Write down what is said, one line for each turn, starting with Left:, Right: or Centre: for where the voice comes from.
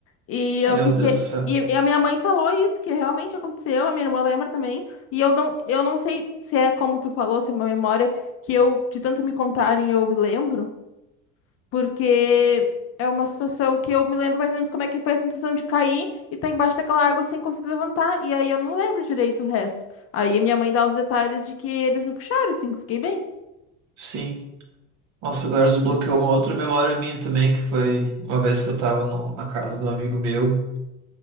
Left: E eu
Right: Meu
Left: fiquei.
Right: Deus do céu.
Left: E e a minha mãe falou isso, que realmente aconteceu, a minha irmã lembra também. E eu não, eu não sei se é como tu falou, se é uma memória que eu, de tanto me contarem, eu me lembro, porque é uma situação que eu me lembro mais ou menos como é que foi a sensação de cair e tá embaixo daquela água sem conseguir levantar. E aí eu não lembro direito o resto. Aí a minha mãe dá os detalhes de que eles me puxaram, assim, que eu fiquei bem.
Right: Sim. Nossa, agora desbloqueou uma outra memória minha também, que foi uma vez que eu tava no- na casa de um amigo meu.